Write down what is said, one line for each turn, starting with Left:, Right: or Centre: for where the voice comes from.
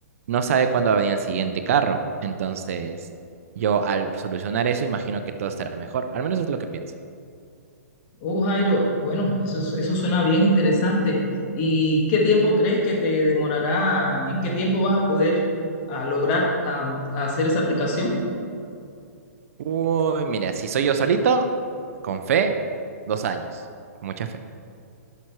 Right: no sabe cuándo va a venir el siguiente carro. Entonces, yo al solucionar eso, imagino que todo estará mejor. Al menos es lo que pienso.
Left: Oh, Jairo, bueno, eso, es- eso suena bien interesante. ¿Y qué tiempo crees que te demorará? ¿En qué tiempo vas a poder ah, lograr ah, hacer esa aplicación?
Right: Uy, mira, si soy yo solito, con fe, dos años, con mucha fe.